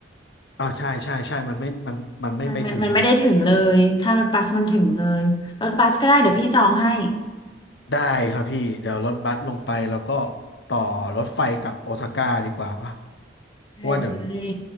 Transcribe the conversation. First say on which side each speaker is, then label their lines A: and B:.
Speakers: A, on the left; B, on the left.
A: อ่าใช่ใช่ใช่มันไม่มันมันไม่ไปถึงอ่ะ
B: มันไม่มันไม่ได้ถึงเลยถ้ารถบัสมันถึงเลยรถบัสก็ได้เดี๋ยวพี่จองให้
A: ได้ครับพี่เดี๋ยวรถบัสลงไปแล้วก็ต่อรถไฟกลับโอซาก้าดีกว่าป่ะ
B: อืม
A: เพราะว่าเดี๋ยว
B: ได้เลย